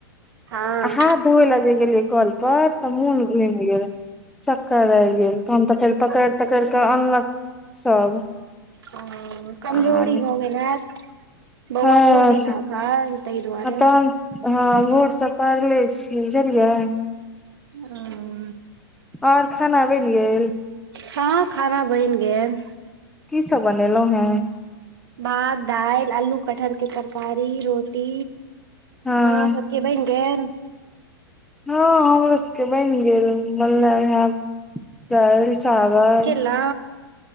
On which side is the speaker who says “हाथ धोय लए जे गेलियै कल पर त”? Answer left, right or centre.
Centre